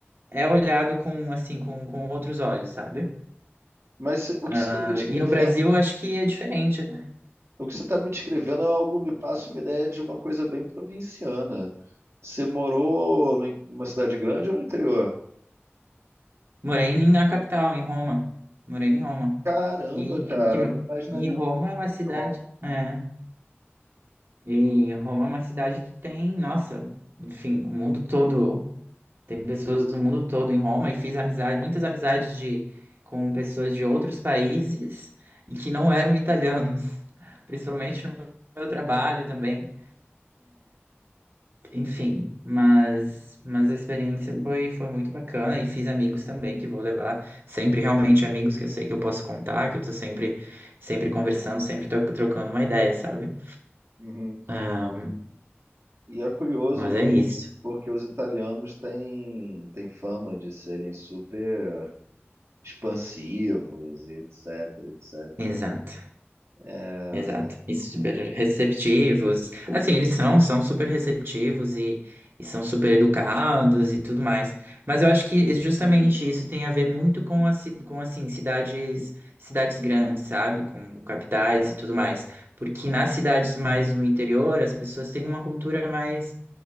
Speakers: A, on the right (about 55°); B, on the right (about 80°).
A: é olhado com, assim, com, com outros olhos, sabe?
B: Mas o que
A: Ah,
B: você está me descrevendo,
A: e no Brasil, eu acho que é diferente. né?
B: o que você está me descrevendo é algo, me passa uma ideia de uma coisa bem provinciana. Você morou no in- numa cidade grande ou no interior?
A: Morei na capital, em Roma. Morei em Roma.
B: Caramba,
A: E,
B: cara,
A: que,
B: não imaginaria
A: e Roma
B: ouvir
A: é uma
B: sobre
A: cidade.
B: Roma.
A: É, e Roma é uma cidade que tem, nossa, enfim, o mundo todo. Tem pessoas do mundo todo em Roma e fiz amizade, muitas amizades de, com pessoas de outros países e que não eram italianos, <laughs> principalmente no meu trabalho também. Enfim, mas, mas a experiência foi, foi muito bacana e fiz amigos também que vou levar, sempre realmente amigos que eu sei que eu posso contar, que eu tô sempre, sempre conversando, sempre tro- trocando uma ideia, sabe?
B: Uhum.
A: Ahn,
B: E é curioso
A: mas
B: ouvir,
A: é isso.
B: porque os italianos têm, têm fama de serem super expansivos e etc, etc.
A: Exato.
B: É,
A: Exato.
B: você
A: E super receptivos. Assim, eles são, são super receptivos e, e são super educados e tudo mais. Mas eu acho que é justamente isso tem a ver muito com, a, ci- com assim, cidades, cidades grandes, sabe? Com capitais e tudo mais. Porque nas cidades mais no interior, as pessoas têm uma cultura mais,